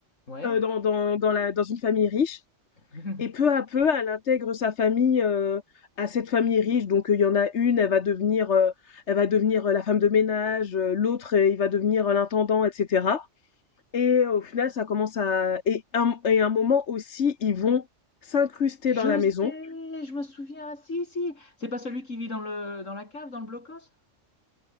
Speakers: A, on the left (about 80°); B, on the left (about 65°).
A: Ouais.
B: heu, dans dans dans la dans une famille riche
A: <laughs>
B: et peu à peu, elle intègre sa famille, heu, à cette famille riche. Donc, heu, il y en a une, elle va devenir, heu, elle va devenir, heu, la femme de ménage, heu, l'autre, heu, il va devenir, heu, l'intendant et cetera et heu, au final, ça commence à et un et un moment aussi, ils vont s'incruster
A: Je
B: dans la maison.
A: sais, je me souviens. Ah, Si, si. C'est pas celui qui vit dans le, dans la cave, dans le blocos?